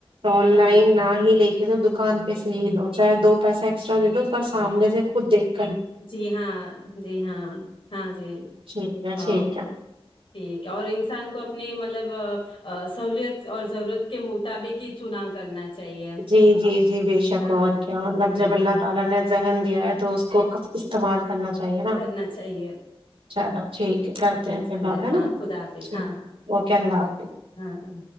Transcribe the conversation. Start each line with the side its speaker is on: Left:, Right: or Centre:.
Right: آن
Left: ہاں
Right: لائن ناہی لے کے تو دکان پہ سے ہی لو چاہے دو پیسہ ایکسٹرا دے دو پر سامنے سے خود دیکھ کے
Left: جی ہاں جی ہاں ہاں جی
Right: ٹھیک ہے
Left: او
Right: ٹھیک ہے
Left: ٹھیک ہے اور انسان کو اپنے مطلب سہولت اور ضرورت کے مطابق ہی چناؤ کرنا چاہیے
Right: جی جی بے شک
Left: ہاں
Right: اور کیا مطلب
Left: ٹھیک ہے
Right: اللہ
Left: ہاں
Right: تعالی نے ذہن دیا ہے تو کو استعمال کرنا چاہیے نا
Left: کرنا چاہیے
Right: چلو ٹھیک ہے کرتے ہیں پھر
Left: چلیے
Right: بات ہے
Left: ہاں
Right: نا
Left: خدا حافظ
Right: ٹھیک
Left: ہاں
Right: اوکے اللہ حافظ
Left: ہاں ہاں